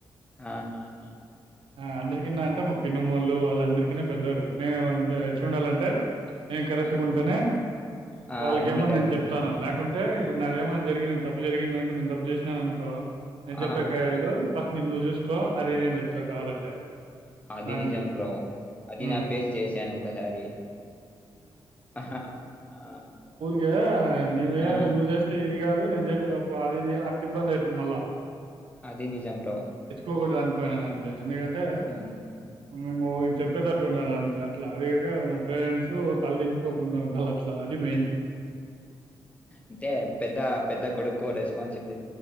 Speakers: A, on the left; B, on the right.
A: ఆహాహాహా!
B: ఆ అందరి కన్నా అంటే మా పిన్నమ్మ వాళ్ళు వాళ్ళందరు రి కన పెద్దోడు నే వన్ దే ఎట్లుండాలంటే నేను కరెక్ట్
A: ఆ!
B: ఉంటేనే
A: ఆ!
B: వాళ్ళకేమని
A: అన్నీ కరెక్ట్
B: నేను చెప్తానా
A: ఉంటారు.
B: లేకుంటే, ఇ నాదేమైన్నా జరిగి నే తప్పు జరిగింది నేను తప్పు చేసినాను అనుకో నేను
A: ఆహాహాహా!
B: చెప్పాకయలదు ఫస్ట్ నిన్ను నువ్వు చూస్ కో అది ఇది అని చెప్తా కావాలంటే
A: అది
B: దానికి
A: నిజం బ్రో అది
B: ఉమ్.
A: నా ఫేస్ చేసాను ఒకసారి అహ్హ హా ఆ
B: యా ఐమ్ నువ్వేమి
A: ఆ,
B: నువ్వు చేస్తే ఏది కాదు నేను చేసేతప్పు అది ఇది అట్ల ఇబ్బంది అయితుంది మళ్ళా
A: అదీ నిజం బ్రో
B: పోకూడదు అనుకో నెను అంతే ఎందుకంటేం
A: హుహుహు.
B: మేము చెప్పేటట్లు
A: హ్మ్.
B: ఉండాల అంతే అట్లా అది కాక మా పేరెంట్సు. తల దించుకోకుండా ఉండాల అట్లా అది మెయిన్
A: అంటే పెద్ద పెద్ద కొడుకు రెస్పాన్సిబిలి